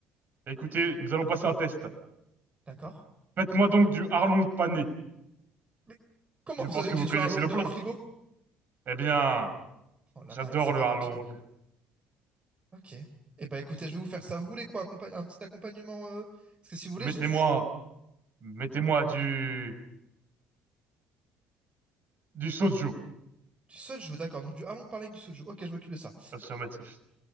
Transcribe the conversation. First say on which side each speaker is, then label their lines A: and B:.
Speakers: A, on the right; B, on the right.
A: Écoutez, nous allons passer un test.
B: D'accord?
A: Faites-moi donc du harlong pané.
B: Mais comment
A: Je
B: vous
A: pense
B: savez
A: que
B: que
A: vous
B: j'ai dû
A: connaissez
B: un long
A: le
B: dans
A: plat.
B: mon frigo?
A: Eh bien,
B: Oh, la
A: j'adore
B: marine, c'est vraiment
A: le harlong.
B: tout. Ok. Eh ben, écoutez, je vais vous faire ça. Vous voulez quoi? accompa- Un petit accompagnement? euh, Parce que si vous voulez,
A: Mettez-moi,
B: j'ai du,
A: mettez-moi du, du soju.
B: Du soju, d'accord. Donc du harlong parlé avec du soju. Ok, je m'occupe de ça.
A: Affirmatif.